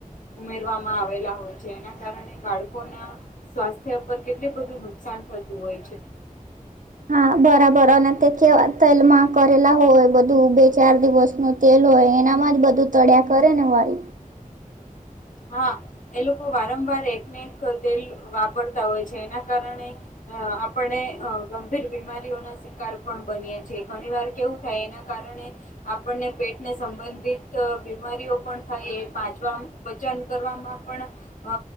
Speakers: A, on the left; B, on the right.
A: ઉમેરવામાં આવેલા હોય છે, એના કારણે બાળકોના સ્વાસ્થ્ય પર કેટલું બધું નુકસાન થતું હોય છે.
B: હા બરાબર, અને તે કેવા તેલમાં કરેલા હોય બધું, બે ચાર દિવસનું તેલ હોય, એનામાં જ બધું તળ્યા કરે ને વારી.
A: હા, એ લોકો વારંવાર એકને એક ક તેલ વાપરતા હોય છે, એના કારણે અ આપણે અ ગંભીર બીમારીઓના સા કાર પણ બનીએ છે, ઘણી વાર કેવું થાય એના કારણે આપણને પેટને સંબંધિત બીમારીઓ પણ થાય, એ પાચવામ વચન કરવામાં પણ અ